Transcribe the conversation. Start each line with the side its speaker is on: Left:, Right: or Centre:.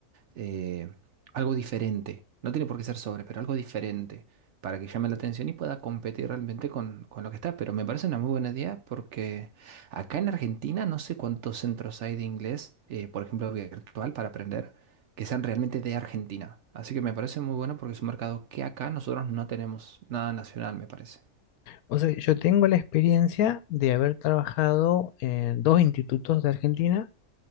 Right: eh, algo diferente. No tiene por qué ser sobre, pero algo diferente para que llame la atención y pueda competir realmente con, con lo que está. Pero me parece una muy buena idea porque acá en Argentina no sé cuántos centros hay de inglés, eh, por ejemplo, virtual para aprender, que sean realmente de Argentina. Así que me parece muy bueno porque es un mercado que acá nosotros no tenemos nada nacional, me parece.
Left: O sea, yo tengo la experiencia de haber trabajado en dos institutos de Argentina.